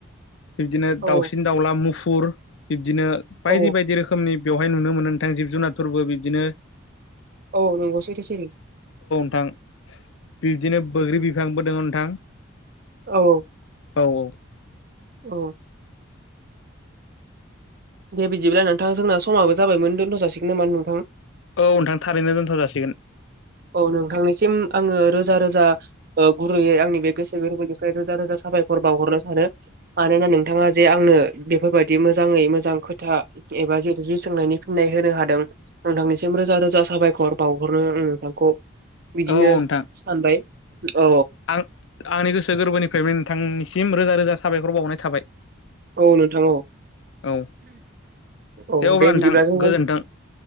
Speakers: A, on the left (about 65°); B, on the right (about 50°).
A: बिब्दिनो
B: औ
A: दाउसिन-दाउला मुफुर बिबदिनो बायदि
B: औ
A: बायदि रोखोम बेयावहाय नुनो मोनो नोंथां जिब जुनारफोरबो बिदिनो
B: औ नंगौ सैथो सिरि।
A: नथां बिब्दिनो बैग्रि बिफांबो दंङ नोंथां।
B: औ औ।
A: औ औ।
B: औ। दे बिदिब्ला नोंथां जोंना समाबो जाबायमोन दोनथ' जासिगोन नामा नोंथाङा?
A: औ नोंथां थारैनो दोनथ' जासिगोन।
B: औ नोंथांनिसिम आंङो रोजा रोजा ओ गुरैयै आंनि बे गोसो गोरबोनिफ्राय रोजा रोजा साबायखर बावहरनो सानो। मानोना नोंथांङा जे आंनो बेफोरबायदि मोजाङै मोजां खोथा एबा जिहेतु जु सोंनायनि फिननाय होनो हादों नोंथांनिसिम रोजा रोजा साबायखर बावहरनो हम नोंथां। खौ बिदिनो
A: औ औ नोंथां
B: सानबाय औ
A: आं आंनि गोसो गोरबोनिफ्राय नोंथांनिसिम रोजा रोजा साबायखर बावनाय थाबाय।
B: औ नोंथां औ।
A: औ
B: औ
A: अब्ला
B: दे
A: नोंथां
B: बिदिब्ला जों
A: गोजोन्थों